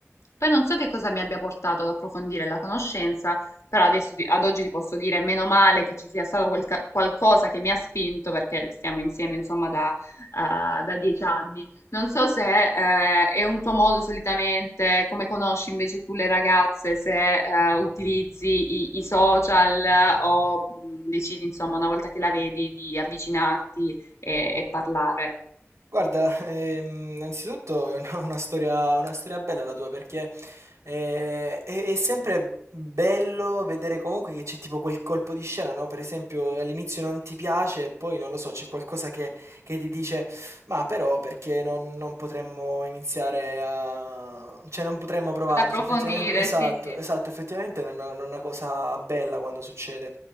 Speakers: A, on the left (about 80°); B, on the right (about 85°).
A: Poi non so che cosa mi abbia portato ad approfondire la conoscenza, però adesso ti- ad oggi ti posso dire meno male che ci sia stato quel ca- qualcosa che mi ha spinto, perché stiamo insieme insomma da, ah, da dieci anni non so se eh, è un tuo modo solitamente, come conosci invece tu le ragazze, se eh, utilizzi i, i social eh, o mh, decidi insomma una volta che la vedi di avvicinarti e, e parlare.
B: Guarda, ehm, innanzitutto è una, una storia, una storia bella la tua perché eh, è, è sempre bello vedere comunque che c'è tipo quel colpo di scena, no? Per esempio all'inizio non ti piace e poi non lo so, c'è qualcosa che, che ti dice ma però perché non, non potremmo iniziare a... cioè non potremmo provarci,
A: Ad approfondire,
B: effettivamente, esatto,
A: sì, sì,
B: esatto, effettivamente è una, una cosa bella quando succede.